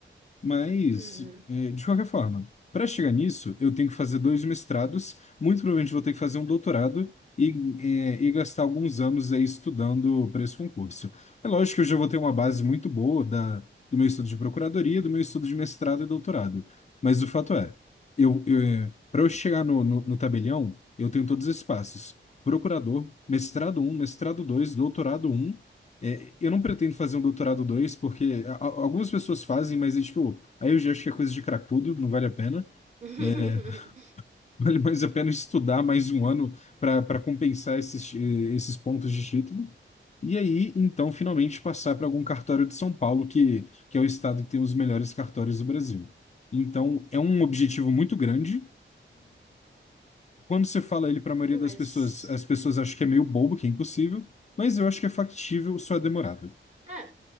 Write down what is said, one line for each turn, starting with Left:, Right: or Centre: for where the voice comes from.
Left: Mas,
Right: Uhum.
Left: é, de qualquer forma, para chegar nisso, eu tenho que fazer dois mestrados, muito provavelmente vou ter que fazer um doutorado e, é, e gastar alguns anos aí estudando para esse concurso. É lógico que eu já vou ter uma base muito boa da, do meu estudo de procuradoria, do meu estudo de mestrado e doutorado. Mas o fato é, eu, para eu chegar no, no, no tabelião, eu tenho todos esses passos. Procurador, mestrado um mestrado dois doutorado um é, eu não pretendo fazer um doutorado 2 porque a- a- algumas pessoas fazem, mas é tipo, aí eu já acho que é coisa de cracudo, não vale a pena.
Right: <laughs> Uhum.
Left: É, <laughs> vale mais a pena estudar mais um ano para para compensar esses, eh, esses pontos de título. E aí, então, finalmente passar para algum cartório de São Paulo, que, que é o estado que tem os melhores cartórios do Brasil. Então, é um objetivo muito grande. Quando você fala ele para a maioria
Right: É. Uhum.
Left: das
Right: Mas.
Left: pessoas, as pessoas acham que é meio bobo, que é impossível, mas eu acho que é factível, só é demorado.
Right: É,